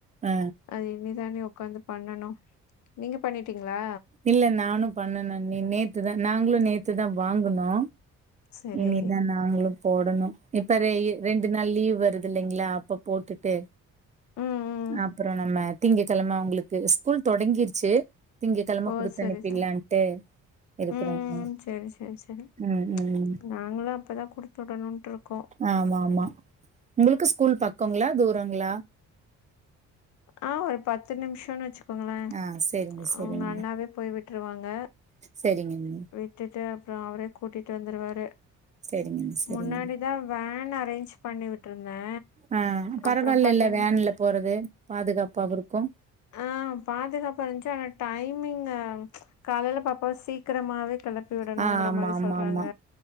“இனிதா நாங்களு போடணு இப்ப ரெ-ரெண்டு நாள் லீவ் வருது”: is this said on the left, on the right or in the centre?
Right